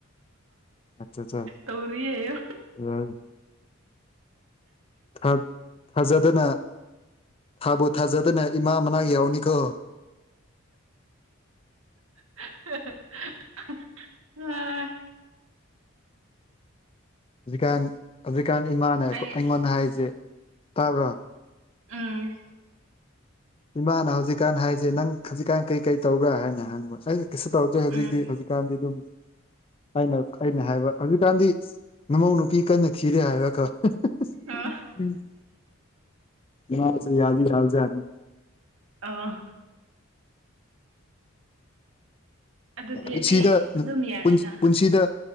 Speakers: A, on the left (about 25°); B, on the right (about 75°).
A: ꯑꯆꯥ ꯆꯥ
B: ꯇꯧꯔꯤꯌꯦ
A: <unintelligible> ꯊꯥ ꯊꯥꯖꯗꯅ ꯊꯥꯕꯨ ꯊꯥꯖꯗꯅ ꯏꯃꯥ ꯃꯅꯥꯛ ꯌꯧꯅꯤꯀꯣ
B: <unintelligible> ꯑꯥ
A: ꯍꯧꯖꯤꯛꯀꯥꯟ ꯍꯧꯖꯤꯛꯀꯥꯟ ꯏꯃꯥꯅ
B: ꯑꯩ
A: ꯑꯩꯉꯣꯟꯗ ꯍꯥꯏꯁꯦ ꯇꯥꯕ꯭ꯔꯣ
B: ꯎꯝ
A: ꯏꯃꯥꯅ ꯍꯧꯖꯤꯛꯀꯥꯟ ꯍꯥꯏꯁꯦ ꯅꯪ ꯍꯧꯖꯤꯛꯀꯥꯟ ꯀꯩ ꯀꯩ ꯇꯧꯕ꯭ꯔꯥ ꯍꯥꯏꯅ ꯍꯪꯕ ꯑꯩ ꯀꯩꯁꯨ ꯇꯧꯗꯦ ꯍꯧꯖꯤꯛꯇꯤ
B: ꯎꯝ
A: ꯍꯧꯖꯤꯛꯀꯥꯟꯗꯤ ꯑꯗꯨꯝ ꯑꯩꯅ ꯑꯩꯅ ꯍꯥꯏꯕ ꯍꯧꯖꯤꯛꯀꯥꯟꯗꯤ ꯅꯃꯧ ꯅꯨꯄꯤ ꯀꯟꯅ ꯊꯤꯔꯦ ꯍꯥꯏꯕ ꯀꯣ <unintelligible>
B: ꯑꯥ
A: ꯏꯃꯥꯁꯤ ꯌꯥꯗꯤ ꯌꯥꯕ ꯖꯥꯠꯅꯤ
B: ꯑꯣ ꯑꯗꯨꯗꯤ
A: ꯄꯨꯟꯁꯤꯗ
B: ꯑꯩ ꯑꯗꯨꯝ ꯌꯥꯔꯦꯅ
A: ꯄꯨꯟ ꯄꯨꯟꯁꯤꯗ